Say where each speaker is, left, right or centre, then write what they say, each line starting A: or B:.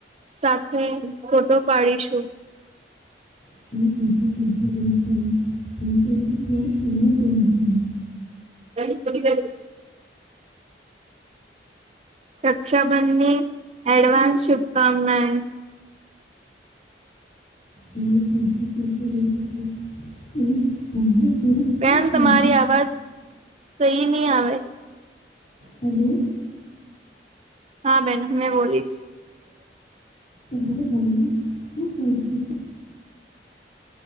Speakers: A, on the right; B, on the left.
A: સાથે ફોટો પાડીશું.
B: <inaudible>
A: <inaudible> રક્ષાબંધની, એડવાન્સ શુભકામનાએ.
B: <unintelligible>
A: બેન તમારી
B: થયો
A: અવાજ સહી નહી આવે.
B: હેલો. <unintelligible>
A: હા બેન હવે બોલીશ.
B: તમારે <unintelligible> શું જોઈ છે.